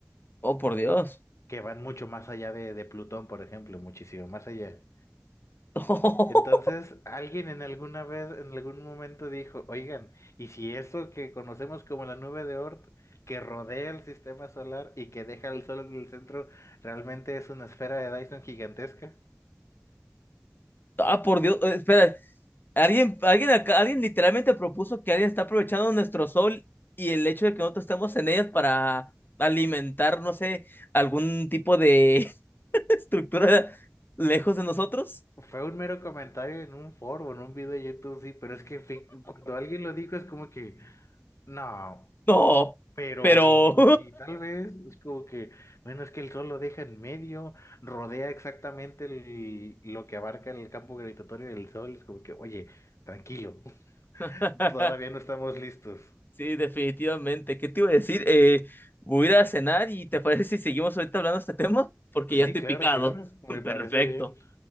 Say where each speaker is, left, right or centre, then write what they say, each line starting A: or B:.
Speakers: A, on the left; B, on the left.
A: Oh, por Dios.
B: que van mucho más allá de, de Plutón, por ejemplo, muchísimo más allá.
A: <laughs>
B: Entonces, alguien en alguna vez, en algún momento dijo, oigan, ¿y si eso que conocemos como la nube de Oort, que rodea el sistema solar y que deja el sol en el centro, realmente es una esfera de Dyson gigantesca?
A: Ah, por Dios, eh, espera, alguien, alguien acá- alguien literalmente propuso que alguien está aprovechando nuestro sol y el hecho de que nosotros estemos en ellas para alimentar, no sé, algún tipo de <laughs> estructura lejos de nosotros.
B: Fue un mero comentario en un foro, en un video de YouTube, sí, pero es que fi- cuando alguien lo dijo es como que, no.
A: No,
B: Pero,
A: pero
B: y si tal vez es como que, bueno, es que el sol lo deja en medio, rodea exactamente el- lo que abarca el campo gravitatorio del sol, es como que, oye, tranquilo, <laughs>
A: <laughs>
B: todavía no estamos listos.
A: sí, definitivamente. ¿Qué te iba a decir? Eh, voy a ir a cenar y ¿te parece si seguimos ahorita hablando de este tema? Porque
B: Sí,
A: ya estoy
B: claro,
A: picado.
B: claro, me
A: <laughs>
B: parece
A: Perfecto.
B: bien.